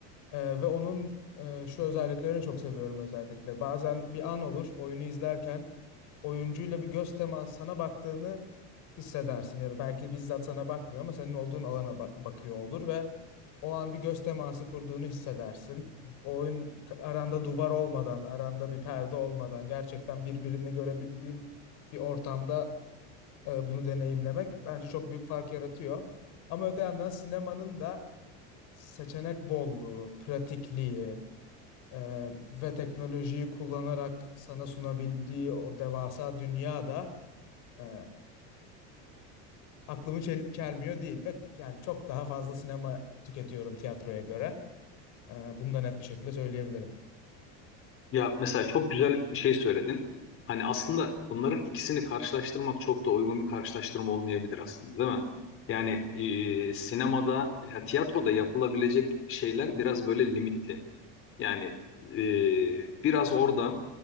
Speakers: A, on the left; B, on the left.
A: Ee, ve onun e, şu özelliklerini çok seviyorum özellikle. Bazen bir an olur oyunu izlerken oyuncuyla bir göz teması sana baktığını hissedersin ya da belki bizzat sana bakmıyor ama senin olduğun alana bak- bakıyor olur ve o an bir göz teması kurduğunu hissedersin. O oyun aranda duvar olmadan, aranda bir perde olmadan gerçekten birbirini görebildiğin bir ortamda e, bunu deneyimlemek bence çok büyük fark yaratıyor. Ama öte yandan sinemanın da seçenek bolluğu, pratikliği, ee, ve teknolojiyi kullanarak sana sunabildiği o devasa dünyada e, aklımı çel- çelmiyor değil ve yani çok daha fazla sinema tüketiyorum tiyatroya göre. Ee, bunu da net bir şekilde söyleyebilirim.
B: Ya mesela çok güzel bir şey söyledin. Hani aslında bunların ikisini karşılaştırmak çok da uygun bir karşılaştırma olmayabilir aslında, değil mi? Yani e, sinemada, ya, tiyatroda yapılabilecek şeyler biraz böyle limitli. Yani e, biraz orada